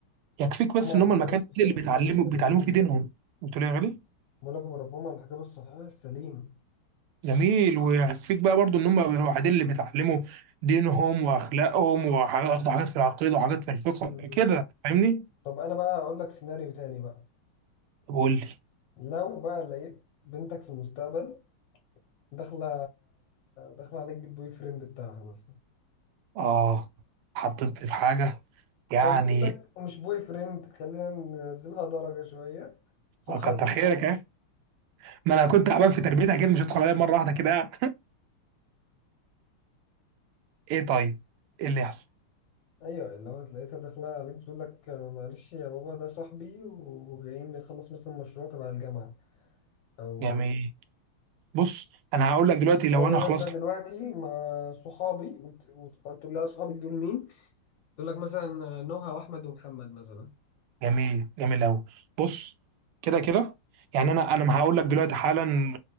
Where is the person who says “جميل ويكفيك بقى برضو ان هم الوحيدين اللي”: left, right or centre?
Right